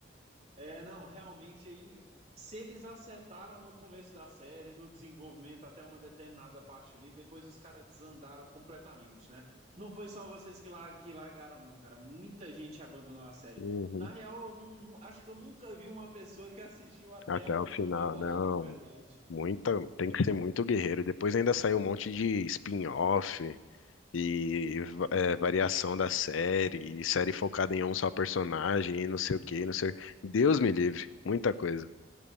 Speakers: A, on the right (about 35°); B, on the left (about 85°).
A: É, não, realmente, em- se eles acertaram no começo da série, no desenvolvimento até uma determinada parte ali, depois os caras desandaram completamente, né? Não foi só vocês que, lar- que largaram, não, cara. Muita gente abandonou a série.
B: Uhum.
A: Na real, eu não- não- acho que eu nunca vi uma pessoa que assistiu até
B: Até
A: a última
B: o final,
A: temporada
B: não.
A: de verdade.
B: Muita, tem que ser muito guerreiro. Depois ainda saiu um monte de spin-off e va- é, variação da série, e série focada em um só personagem, e não sei o que não sei. Deus me livre, muita coisa.